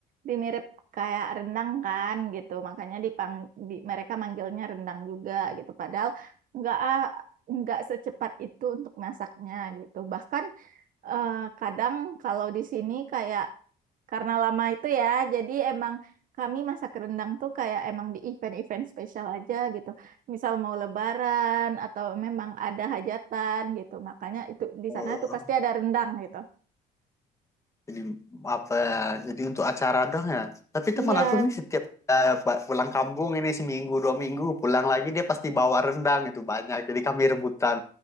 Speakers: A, on the right; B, on the left.
A: dimirip kayak rendang kan gitu makanya dipang di, mereka manggilnya rendang juga gitu padahal nggak ah, nggak secepat itu untuk masaknya gitu bahkan eh, kadang kalau di sini kayak karena lama itu ya, jadi emang kami masak rendang tuh kayak emang di event-event spesial aja gitu. Misal mau lebaran atau memang ada hajatan gitu. Makanya itu di
B: Oh.
A: sana tuh pasti ada rendang gitu.
B: Jadi apa ya? Jadi untuk acara doang ya. Tapi
A: Iya,
B: teman aku nih setiap eh, ba- pulang kampung ini seminggu dua minggu pulang lagi dia pasti bawa rendang itu banyak. Jadi kami rebutan.